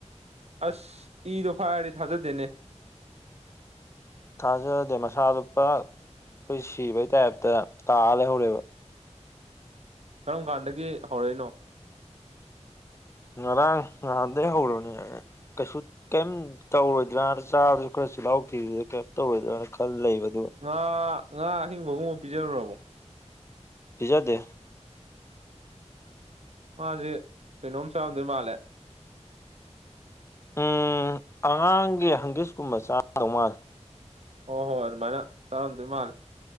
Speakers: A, on the right; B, on the left.
A: ꯑꯁ ꯏꯗꯣ ꯐꯥꯏꯔꯗꯤ ꯊꯥꯖꯗꯦꯅꯦ
B: ꯊꯥꯖꯗꯦ ꯃꯁꯥꯗꯣ ꯄꯨꯔꯥ ꯑꯩꯈꯣꯏ ꯁꯤꯕꯩ ꯇꯥꯏꯞꯇꯥ ꯇꯥꯂꯩꯍꯧꯔꯦꯕ
A: ꯀꯔꯝ ꯀꯥꯟꯗꯒꯤ ꯍꯧꯔꯛꯏꯅꯣ
B: ꯉꯔꯥꯡ ꯉꯍꯥꯟꯗꯩ ꯍꯧꯔꯕꯥꯅꯦ ꯀꯩꯁꯨ ꯀꯔꯤꯝ ꯇꯧꯔꯣꯏꯗ꯭ꯔꯅ ꯆꯥꯕꯁꯨ ꯈꯔ ꯆꯤꯜꯍꯥꯎ ꯊꯤꯕꯗꯨꯗ ꯀꯔꯤꯝ ꯇꯧꯔꯣꯏꯗ꯭ꯔꯅ ꯈꯜ ꯂꯩꯕꯅꯦ ꯑꯗꯨꯒꯥ
A: ꯉꯥ ꯉꯥ ꯑꯍꯤꯡꯕꯒꯨꯝꯕ ꯄꯤꯖꯔꯨꯕꯥꯔꯣ
B: ꯄꯤꯖꯗꯦ
A: ꯃꯥꯁꯦ ꯀꯩꯅꯣꯝ ꯆꯥꯝꯗꯣꯏ ꯃꯥꯜꯂꯦ
B: ꯎꯝ ꯑꯉꯥꯡꯒꯤ ꯍꯪꯒꯤꯁꯀꯨꯝꯕ ꯆꯥꯗꯧ ꯃꯥꯥꯜꯂꯦ
A: ꯍꯣꯏ ꯍꯣꯏ ꯑꯗꯨꯃꯥꯏꯅ ꯆꯥꯔꯝꯗꯣꯏ ꯃꯥꯂꯦ